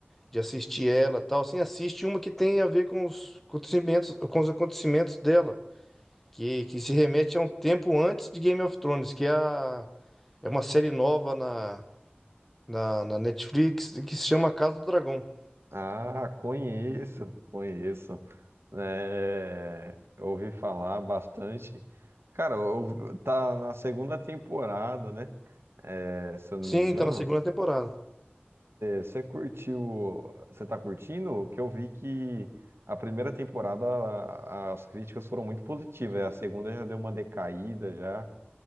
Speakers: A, in the centre; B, on the right.
A: de assistir ela e tal, assim, assiste uma que tem a ver com os acontecimentos, com os acontecimentos dela. que, que se remete a um tempo antes de Game of Thrones, que é, a- é uma série nova na, na, na Netflix que se chama Casa do Dragão.
B: Ah, conheço, conheço. É, ouvi falar bastante. Cara, eu- tá na segunda temporada, né? É, se eu não
A: Sim,
B: me engano.
A: tá na segunda temporada.
B: Você curtiu? Você tá curtindo? Que eu vi que a primeira temporada a- as críticas foram muito positivas. A segunda já deu uma decaída já.